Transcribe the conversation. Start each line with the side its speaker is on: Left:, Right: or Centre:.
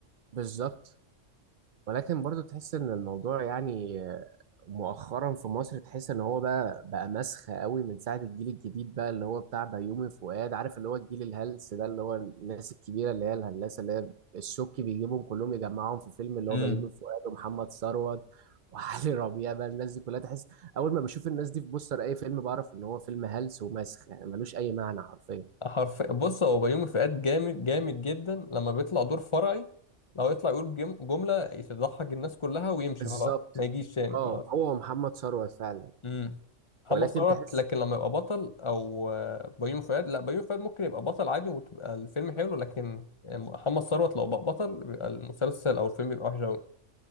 Right: بالظبط ولكن برضو تحس ان الموضوع يعني آه، مؤخرا في مصر تحس ان هو بقى بقى مسخة قوي من ساعة الجيل الجديد بقى اللي هو بتاع بيومي فؤاد عارف اللي هو الجيل الهلس ده اللي هو الناس الكبيرة اللي هي الهلاسة اللي هي الشك بيجيبهم كلهم يجمعهم في فيلم اللي
Left: امم
Right: هو بيومي فؤاد ومحمد ثروت وعلي <laughs> ربيع بقى الناس دي كلها تحس اول ما بشوف الناس دي في بوستر اي فيلم بعرف ان هو فيلم هلس ومسخ يعني ملوش اي معنى حرفيا
Left: حرف بص هو بيومي فؤاد جامد جامد جدا لما بيطلع دور فرعي لو يطلع يقول جم- جملة تضحك الناس كلها ويمشي
Right: بالظبط
Left: خلاص ما يجيش تاني
Right: اه
Left: خلاص
Right: هو محمد ثروت فعلا
Left: امم محمد
Right: ولكن
Left: ثروت
Right: تحس
Left: لكن لما يبقى بطل او آه، بيومي فؤاد لا بيومي فؤاد ممكن يبقى بطل عادي وتبقى الفيلم حلو لكن محمد ثروت لو بقى بطل بيبقى المسلسل او الفيلم بيبقى وحش أوي